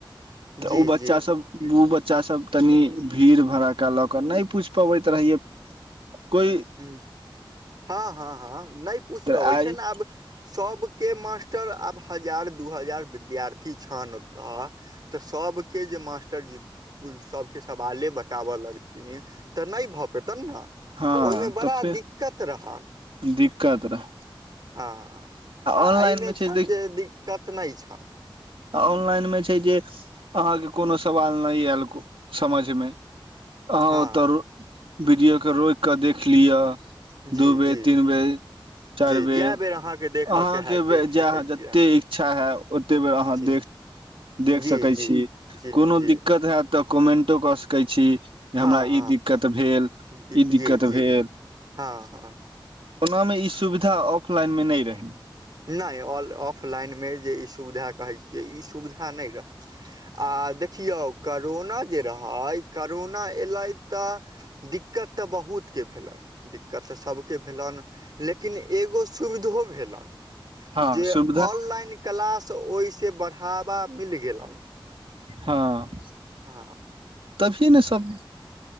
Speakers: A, on the right (about 50°); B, on the right (about 80°).
A: जी
B: तऽ ओ बच्चा
A: जी
B: सब। बू बच्चा सब तनी भीड़ भड़ाका लऽ कऽ नै पूछ पबैत रहियै। कोइ
A: हूँ, हँ, हँ, हँ नै पूछ पाबै
B: आइ
A: छै ने आब सबके मास्। टर आब हजार दू हजार विद्यार्थी छन ओतऽ। तऽ सबके जे मास्टरजी। पू सबके सवाले बताबऽ लगथिन तऽ नै भऽ पेतन नऽ।
B: हँ
A: तऽ ओय मे बड़ा
B: तऽ फेर
A: दिक्कत रहत।
B: दिक्कत रहै
A: हँ आ
B: ऑनलाइन
A: एयमे
B: मे छै
A: छन जे दिक्कत नै छन।
B: आ ऑनलाइन मे छै जे आहाँके कोनो सवाल नै एल समझमे। आहाँ
A: हँ
B: ओतऽ रो वीडियोके रोइक कऽ देख लिअ।
A: जी
B: दू बेर
A: जी
B: तीन बेर। चैर
A: जी
B: बेर
A: जए अहाँके देखयके
B: आहाँके
A: हैत
B: बे
A: देख सकैत
B: जेय
A: छियै
B: जेतेए
A: अहाँ
B: इच्छा हे ओते बेर आहाँ
A: जी
B: देख। देख
A: जी
B: सकै
A: जी
B: छी
A: जी
B: कोनो
A: जी
B: दिक्कत हेएत तऽ कमेन्टो कऽ सकै छी। जे
A: हँ
B: हमरा ई दिक्कत
A: हँ
B: भेल ई
A: जी जी
B: दिक्कत
A: जी
B: भेल।
A: हँ, हँ।
B: ओनामे ई सुविधा अप। लाइन मे नै रही।
A: नै ऑफलाइन मे जे ई सुविधा कहै छियै ई सुविधा नै रहैय। आ देखियौ करोना जे रहै करोना एलै तऽ। दिक्कत तऽ बहुत के भेलै दिक्कत तऽ सबके भेलन लेकिन एगो। सुविधो भेलन
B: हँ
A: जे
B: सुविधा
A: ऑनलाइन। क्लास ओहिसे बढ़ावा मिल गेलन।
B: हँ।
A: हँ।
B: तभिये ने सब-